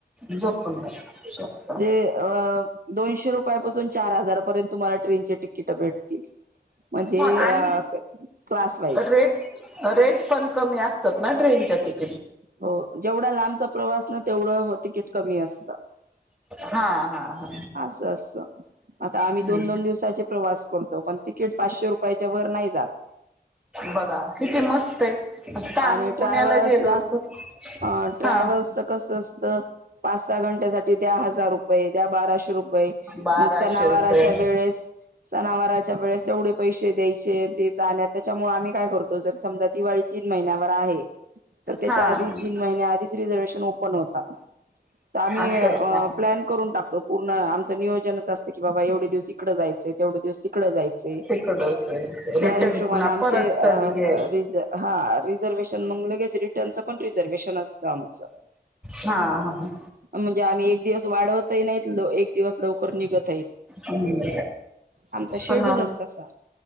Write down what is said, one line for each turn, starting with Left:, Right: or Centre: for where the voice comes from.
Centre: झोपून शकत
Right: अ दोनशे रुपयापासून चार हजारापर्यंत तुम्हाला ट्रेनचे तिकीट भेटतील म्हणजे
Centre: हो आणि
Right: अ क्लास वाईज
Centre: रेट रेट पण कमी असतात ना ट्रेनच्या तिक
Right: हो जेवढा लांबचा प्रवास ना, तेवढं तिकीट कमी असत.
Centre: हा हा हा
Right: असं, असं, आता आम्ही
Centre: हम्म.
Right: दोन, दोन, दिवसाचे प्रवास करतो, पण तिकीट पाचशे रुपयाच्या वर नाही. जात.
Centre: बघा किती मस्त आहे. आता
Right: आणि
Centre: आम्ही
Right: ट्रॅव्हल्स
Centre: पुण्याला गेलो
Right: ला.
Centre: होतो
Right: अ ट्रॅव्हल्सच
Centre: हा
Right: कस असतं पाच सहा घंट्यासाठी त्या हज हजार रुपये द्या, बाराशे रुपये,
Centre: बाराशे
Right: मग सनावारच्या
Centre: रुपये
Right: वेळेस सनावराच्या वेळेस तेवढे पैसे द्यायचे, ते जाण्यात त्याच्यामुळे आम्ही काय करतो, जर समजा दिवाळी महिन्याभर आहे तर त्याच्या
Centre: हा
Right: आधी
Centre: हा
Right: तीन महिन्या आधीच रिझर्व्हेशन ओपन होतात. त आम्ही
Centre: असं का
Right: प्लॅन करून टाकतो पूर्ण आमचं नियोजनच असतं की बाबा एवढं तेवढे दिवस इकडें जायचे तेवढे दिवस तिकडं जायचे.
Centre: तिकडच
Right: त्या
Centre: रिटर्न
Right: हिशोबाने
Centre: पुन्हा
Right: आमचे
Centre: परत कधी
Right: अ
Centre: आहे
Right: रिज रिझर्व्हेशन मग लगेच रिटर्नचं पण रिझर्व्हेशन असतं आमचं
Centre: हा हा
Right: म्हणजे आम्ही एक दिवस वाढवतही नाहीत एक दिवस लवकर निघत
Centre: हम्
Right: आमचा शेड्यूलच
Centre: पण
Right: तसा